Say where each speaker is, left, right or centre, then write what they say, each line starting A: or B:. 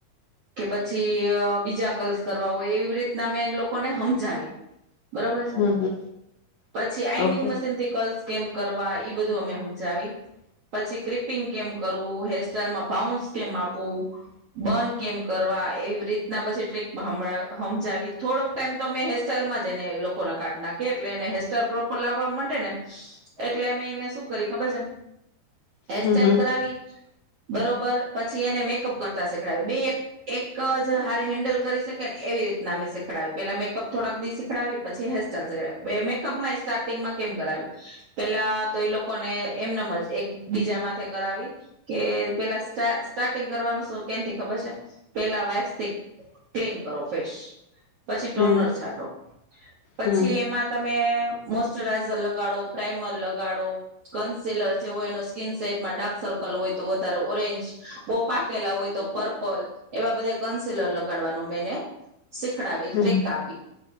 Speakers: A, on the right; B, on the left.
A: કે પછી બીજા કલ કરવા હોય એવી રીતના અમે લોકોને હમજાવી બરોબર છે
B: હમ હમ
A: પછી આઈનિંગ
B: ઓકે
A: મશીન થી કલ્સ કેમ કરવા ઈ બધું અમે હમજાવી પછી, ક્રિપિંગ કેમ હેરસ્ટાઈલ બાઉન્સ કેમ આપવું, બન કેમ કરવા એવી રીતના પછી ટ્રેક હમજાવી થોડોક ટાઈમ તો હેસ્ટાઈલમાં જ ને લોકોનો કાર્ડ નાખીયે એટલે એને હેસ્ટર પ્રોપર લાવવા મંડે ને એટલે અમે એને શું કરી ખબર છે હેરસ્ટાઈલ
B: હમ હમ
A: કરાવી બરોબર, પછી એને મેકઅપ કરતા શીખડાવ્યું, બે એક જ હારે હેન્ડલ કરી શકે ને એવી રીતના અમે શીખવાડીએ, પેલા મેકઅપ થોડાક દી શીખડી પછી હેરસ્ટાઈલ શીખડી, મેકઅપમાં સ્ટાર્ટિંગમાં કેમ કરાવી પેલા તો એ લોકોને એમનમ જ એક બીજા માથે કરાવી કે પેલા સ સ્ટાર્ટિંગ કરવાનું શું કેન થી ખબર છે? પેલા વાઈસ થી ક્લીન કરો ફેશ પછી ટોનર
B: હમ
A: છાટો, પછી
B: હમ
A: એમાં તમે મોશચરાઈઝર લગાડો, પ્રાઈમર લગાડો, કન્સીલર જેવો એનો સ્કીિન સેટમાં સર્કલ હોય તો વધારે ઓરેન્જ, બહુ પાકેલા હોય તો પર્પલ, એવા બધા. કનસીલર લગાડવાનો મેને શીખડાવી,
B: હમ
A: ટ્રિક આપી,